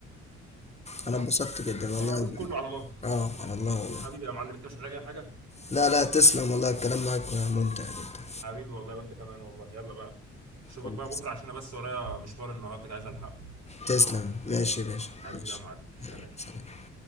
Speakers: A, on the left; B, on the right.
A: انا
B: انا
A: اتبسطت جدا والله
B: العموم كله على الله
A: اه على الله والله
B: حبيبي يا معلم انت مش محتاج اي حاجه
A: لا لا تسلم والله الكلام معك ممتع جدا
B: حبيبي والله وانت كمان والله يلا بقى اشوفك
A: يلا،
B: بقى بكره عشان انا بس ورايا مشوار النهارده عايز الحقه
A: تسلم ماشي يا باشا
B: حبيبي
A: ماشي
B: يا معلم سلام
A: سلام